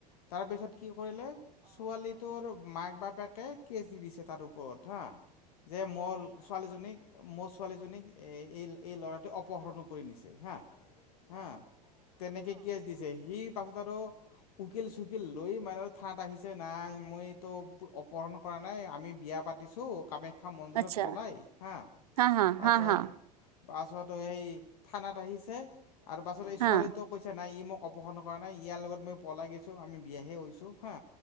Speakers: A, on the left; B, on the right.
A: তাৰপিছত কি কৰিলে ছোৱালী তোৰ মাক-বাপেকে কেচ দি দিছে তাৰ ওপৰত হা যে মোৰ ছোৱালীজনীক, মোৰ ছোৱালীজনীক এই ল'ৰাটোৱে অপহৰণ কৰি নিছে। হা <inaudible> বা তেনেকে কেছ দিছে সি পাছত আৰু উকিল-চুকিল লৈ মানে আৰু থানাত আহিছে নাই, মইটো অপহৰণ কৰা নাই আমি বিয়া পাতিছো কামাখ্যা মন্দিৰত
B: আচ্ছা
A: পলাই হা
B: হা হা
A: পাছত
B: হা হা
A: পাছত সেই থানাত আহিছে আৰু পাছত এই
B: হা
A: ছোৱালীটোৱে কৈছে নাই ই মোক অপহৰণ কৰা নাই, ইয়াৰ লগত মই পলাগ গৈছোঁ, আমি বিয়াহে হৈছোঁ হা,